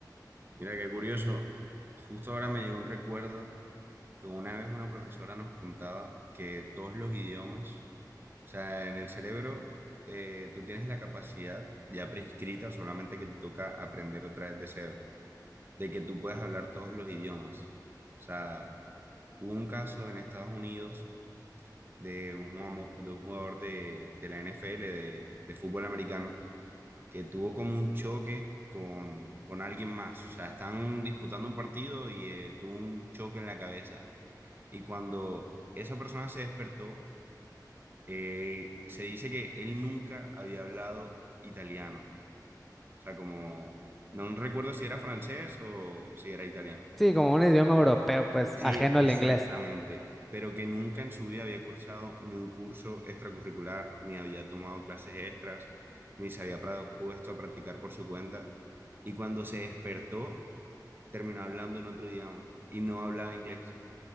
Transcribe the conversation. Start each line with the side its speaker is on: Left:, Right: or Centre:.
Right: Mira, qué curioso. Justo ahora me llegó un recuerdo que una vez una profesora nos contaba que todos los idiomas, o sea, en el cerebro eh, tú tienes la capacidad ya prescrita, solamente que te toca aprender otra vez de cero, de que tú puedes hablar todos los idiomas. O sea, hubo un caso en Estados Unidos de un jugador de, un jugador de, de la NFL, de, de fútbol americano, que tuvo como un choque con, con alguien más. O sea, están disputando un partido y eh, tuvo un choque en la cabeza. Y cuando esa persona se despertó, eh, se dice que él nunca había hablado italiano. O sea, como, no recuerdo si era francés o si era italiano.
Centre: Sí, como un idioma europeo, pues
Right: Sí,
Centre: ajeno
Right: e, exactamente,
Centre: al inglés.
Right: pero que nunca en su vida había cursado ni un curso extracurricular, ni había tomado clases extras, ni se había pra- puesto a practicar por su cuenta. Y cuando se despertó, terminó hablando en otro idioma y no hablaba inglés.